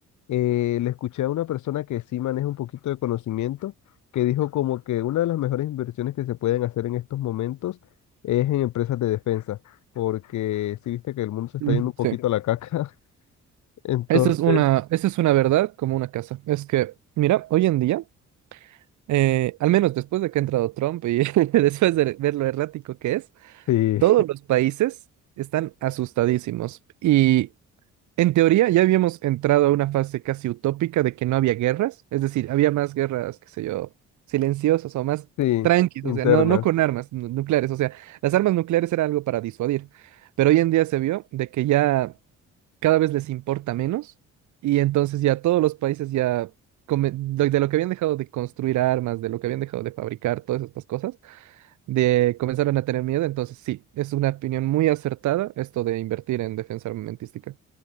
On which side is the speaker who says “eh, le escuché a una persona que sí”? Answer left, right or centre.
Left